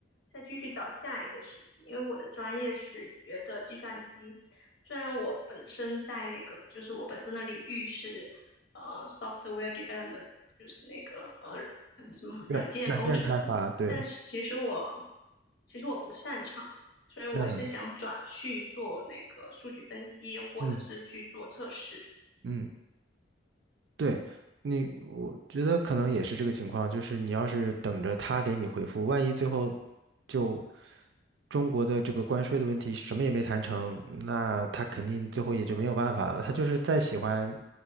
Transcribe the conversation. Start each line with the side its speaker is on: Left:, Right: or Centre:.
Left: 再继续找下一个实习，因为我的专业是学的计算机，虽然我本身在那个就是我本身的领域是呃 software development，就是那个呃呃什么软件工程，
Right: 软软件开发，对，
Left: 但是其实我其实我不擅长。所以我是想转去做那个数据分析，
Right: 嗯
Left: 或者是去做测试。
Right: 嗯。嗯。对你，我觉得可能也是这个情况，就是你要是等着他给你回复，万一最后就中国的这个关税的问题什么也没谈成，那他肯定最后也就没有办法了。他就是再喜欢，